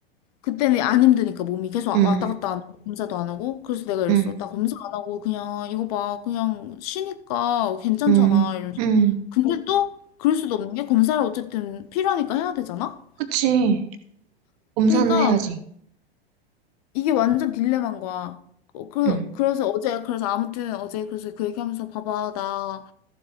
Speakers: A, on the left; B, on the right.
A: 그때는 안 힘드니까 몸이 계속
B: 응, 응,
A: 왔다 갔다 안 하고 검사도 안 하고 그래서 내가 이랬어
B: 응,
A: 나 검사 음. 안 하고 그냥 이거 봐 그냥 쉬니까 괜찮잖아
B: 응,
A: 이러면서
B: 응.
A: 근데 또 그럴 수도 없는 게 검사를 어쨌든 필요하니까 해야 되잖아
B: 그치. 검사는
A: 그러니까
B: 해야지.
A: 이게 완전 딜레마인 거야 어, 그,
B: 응.
A: 그래서 어제 그래서 아무튼 어제 그래서 그 얘기하면서 봐봐 나